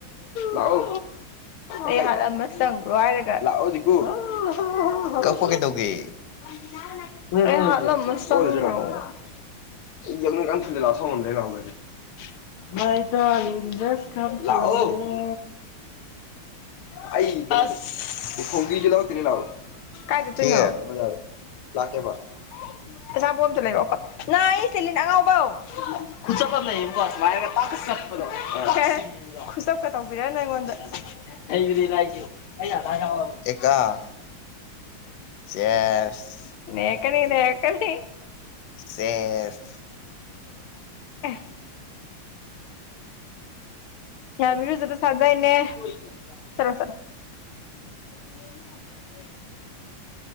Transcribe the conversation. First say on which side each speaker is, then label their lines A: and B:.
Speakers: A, on the left; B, on the left.
A: ꯂꯥꯛꯑꯣ ꯑꯩ ꯍꯥꯠꯂꯝꯃ ꯆꯪꯒ꯭ꯔꯣ ꯍꯥꯏꯔꯒ ꯂꯥꯛꯑꯣ ꯗꯤꯡꯀꯨ ꯂꯧꯁꯤꯟꯕ
B: ꯀꯛꯄ ꯀꯩꯗꯧꯒꯦ
A: ꯉꯝꯗꯕ ꯅꯣꯏ ꯑꯩ ꯍꯥꯠꯂꯝꯃ ꯆꯪꯒ꯭ꯔꯣ ꯑꯩ ꯌꯥꯡꯂꯦꯟ ꯀꯅꯥꯝ ꯊꯤꯜꯂꯂꯥꯎ ꯊꯧ ꯉꯝꯗ꯭ꯔꯦ ꯂꯥꯎ ꯒꯥꯔꯤ ꯃꯥꯏ ꯗꯥꯁꯤꯡ ꯖ ꯀꯝ ꯇꯨ ꯃꯤ ꯑꯩ ꯀꯩꯅꯣꯗꯨ ꯑꯁꯁ ꯐꯧꯗꯤꯖꯨ ꯂꯧꯔꯛꯇꯣꯏꯅꯤ ꯂꯥꯎ <unintelligible> ꯀꯥꯏ ꯆꯠꯇꯣꯏꯅꯣ
B: ꯊꯦ
A: ꯕꯖꯥꯔꯗ ꯂꯥꯛꯀꯦꯕ ꯑꯆꯥꯄꯣꯠ ꯑꯝꯇꯥ ꯂꯩꯔꯛꯑꯣ ꯀꯞ ꯅꯥꯏꯌꯦ ꯏꯁꯇꯦꯂꯤꯟ ꯑꯉꯥꯎꯕꯧ ꯈꯨꯆꯞ ꯄ ꯑꯝ ꯂꯩꯕꯅꯤꯀꯣ ꯁꯨꯃꯥꯏꯅꯒ ꯇꯥꯛꯀꯥ ꯆꯞꯄꯗꯣ ꯆꯤꯡꯕꯗꯣ ꯑꯣꯈꯦ ꯈꯨꯆꯞꯀ ꯇꯧꯕꯤꯔꯅꯨ ꯑꯩꯉꯣꯟꯗꯥ ꯍꯩꯕꯅꯤ ꯅꯥ ꯑꯩꯖꯨ ꯑꯩ ꯑꯗꯥꯔ ꯌꯥꯎꯔꯕꯅꯤ
B: ꯑꯦꯀꯥ ꯆꯦꯁ
A: ꯅꯦꯛꯁ <unintelligible> ꯀꯔꯤꯅꯦ ꯀꯔꯤ
B: ꯆꯦꯁ
A: <unintelligible> <inaudible> ꯌꯥꯝꯏꯔꯨꯖꯕ ꯁꯥꯗꯥꯏꯅꯦ ꯆꯂꯣ ꯆꯠꯂꯣ <unintelligible> <inaudible>